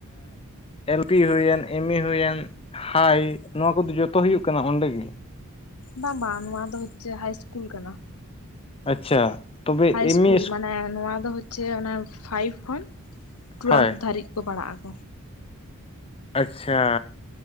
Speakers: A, on the left (about 25°); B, on the left (about 80°).
A: ᱮᱞ ᱯᱤ ᱦᱩᱭᱮᱱ, ᱮᱢ ᱮ ᱦᱩᱭᱮᱱ, ᱦᱟᱭ, ᱱᱚᱣᱟ ᱠᱚᱫᱚ ᱡᱚᱛᱚ ᱦᱩᱭᱩᱜ ᱠᱟᱱᱟ ᱚᱸᱰᱮ ᱜᱮ᱾
B: ᱵᱟᱝ ᱵᱟᱝ ᱱᱚᱣᱟ ᱫᱚ ᱦᱚᱪᱪᱷᱮ ᱦᱟᱭ ᱤᱥᱠᱩᱞ ᱠᱟᱱᱟ᱾
A: ᱟᱪᱪᱷᱟ ᱛᱚᱵᱮ
B: ᱦᱟᱭ ᱤᱥᱠᱩᱞ
A: ᱮᱢ ᱤ
B: ᱢᱟᱱᱮ ᱱᱚᱣᱟ ᱫᱚ ᱦᱚᱪᱪᱮ ᱚᱱᱮ ᱯᱷᱟᱭᱤᱵ ᱠᱷᱚᱱ ᱴᱩᱭᱮᱞᱵᱽ
A: ᱦᱳᱭ
B: ᱫᱷᱟᱨᱤᱡ ᱠᱚ ᱯᱟᱲᱦᱟᱜᱼᱟ᱾
A: ᱟᱪᱪᱷᱟ,